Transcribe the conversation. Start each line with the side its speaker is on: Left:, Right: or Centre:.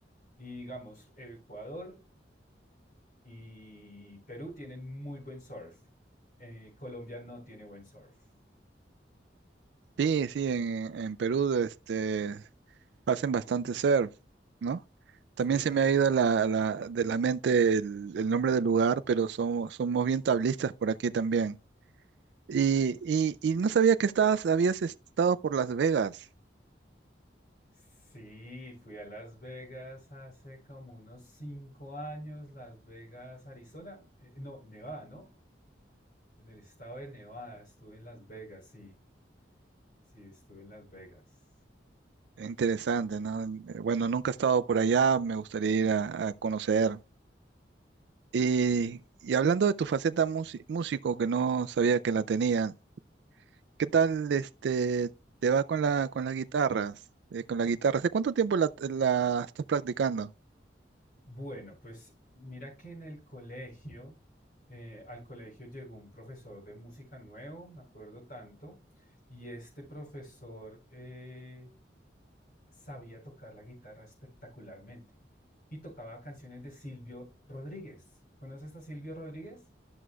Left: Y digamos, Ecuador y Perú tienen muy buen surf. Eh, Colombia no tiene buen surf.
Right: Sí, sí, en, en Perú este, hacen bastante surf, ¿no?
Left: Sí,
Right: También se
Left: sí,
Right: me
Left: sí.
Right: ha ido la, la- de la mente el, el nombre del lugar, pero somos, somos bien tablistas por aquí también. Y, y, y no sabía que estabas, habías estado por Las Vegas.
Left: Sí, fui a Las Vegas hace como unos cinco años, Las Vegas, Arizona, eh, no, Nevada, ¿no? En el estado de Nevada estuve en Las Vegas, sí, sí, estuve en Las Vegas.
Right: Interesante, ¿no? Eh, Bueno, nunca he estado por allá, me gustaría ir a, a conocer. Y,
Left: Es-
Right: y hablando de tu faceta musi- músico, que no sabía que la tenías. ¿Qué tal este te va con la con las guitarras? Eh, con la guitarra. ¿Hace cuánto tiempo la, la estás practicando?
Left: bueno, pues mira que en el colegio, eh, al colegio llegó un profesor de música nuevo, me acuerdo tanto, y este profesor, eh, sabía tocar la guitarra espectacularmente y tocaba canciones de Silvio Rodríguez. ¿Conoces a Silvio Rodríguez?